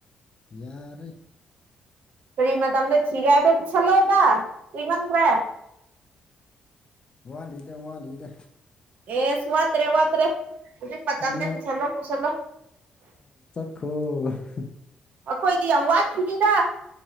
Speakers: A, on the left (about 30°); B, on the right (about 65°).
A: ꯌꯥꯔꯦ
B: ꯀꯔꯤ ꯃꯇꯝꯗ ꯊꯤꯒꯦ ꯍꯥꯏꯕꯔ ꯄꯨꯁꯜꯂꯣꯗ ꯀꯨꯏꯃꯟꯈꯔꯦ
A: ꯋꯥꯠꯂꯤꯗ ꯋꯥꯠꯂꯤꯗ
B: ꯑꯦꯁ ꯋꯥꯠꯇ꯭ꯔꯦ ꯋꯥꯠꯇ꯭ꯔꯦ ꯍꯧꯖꯤꯛ ꯃꯇꯝꯅꯦ
A: ꯅꯣꯏ
B: ꯄꯨꯁꯜꯂꯣ ꯄꯨꯁꯜꯂꯣ
A: ꯈꫭ
B: ꯑꯩꯈꯣꯏꯗꯤ ꯌꯥꯝ ꯋꯥꯠꯈꯤꯅꯤꯗ